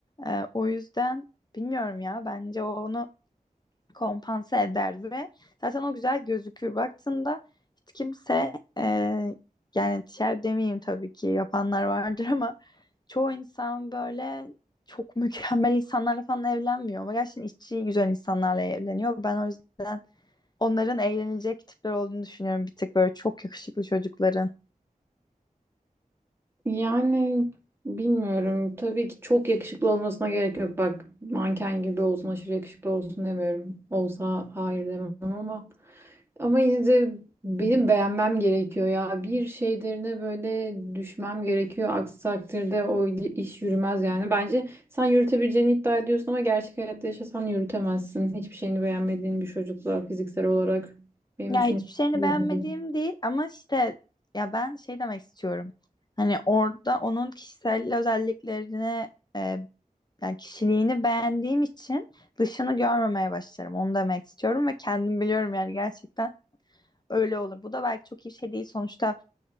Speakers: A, on the left; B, on the right.
A: Ee, o yüzden bilmiyorum ya bence o onu kompanse eder ve zaten o güzel gözükür. Baktığında hiç kimse e, yani şer demeyeyim tabii ki yapanlar vardır ama çoğu insan böyle çok mükemmel insanlarla falan evlenmiyor ama gerçekten içi güzel insanlarla evleniyor. Ben o yüzden onların eğlenilecek tipler olduğunu düşünüyorum bir tık böyle çok yakışıklı çocukların.
B: Yani bilmiyorum. Tabii ki çok yakışıklı olmasına gerek yok. Bak manken gibi olsun, aşırı yakışıklı olsun demiyorum. Olsa hayır demem ama. Ama yine de benim beğenmem gerekiyor ya. Bir şeylerine böyle düşmem gerekiyor. Aksi takdirde o iş yürümez yani. Bence sen yürütebileceğini iddia ediyorsun ama gerçek hayatta yaşasan yürütemezsin. Hiçbir şeyini beğenmediğin bir çocukla fiziksel olarak benim
A: Ya
B: düşüncem
A: hiçbir şeyini
B: bu
A: beğenmediğim
B: yönde.
A: değil ama işte ya ben şey demek istiyorum. Hani orada onun kişisel özelliklerine e, Yani kişiliğini beğendiğim için dışını görmemeye başlarım. Onu demek istiyorum ve kendim biliyorum yani gerçekten öyle olur. Bu da belki çok iyi bir şey değil. Sonuçta